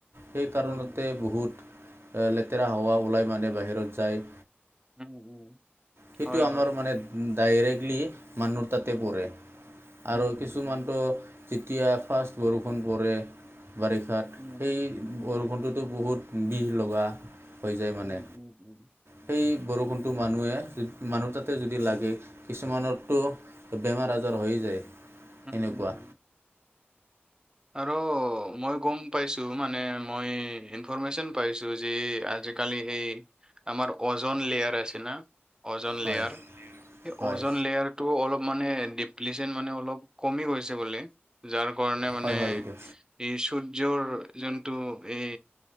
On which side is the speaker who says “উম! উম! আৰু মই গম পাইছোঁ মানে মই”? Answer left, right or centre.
Right